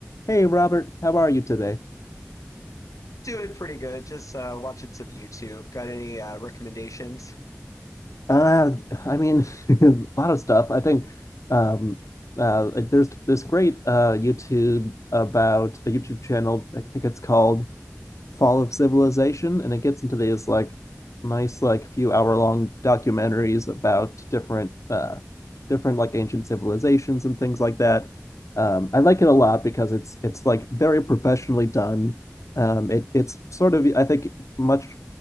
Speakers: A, on the left; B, on the left.
A: hey Robert, how are you today?
B: Doing pretty good. Just uh, watching some YouTube. Got any uh, recommendations?
A: Uh, I mean, <laughs> a lot of stuff. I think um, uh, there's this great uh, YouTube about a YouTube channel. I think it's called fall of civilization and it gets into these like nice like few hour long documentaries about different uh different like ancient civilizations and things like that um i like it a lot because it's it's like very professionally done um it it's sort of i think much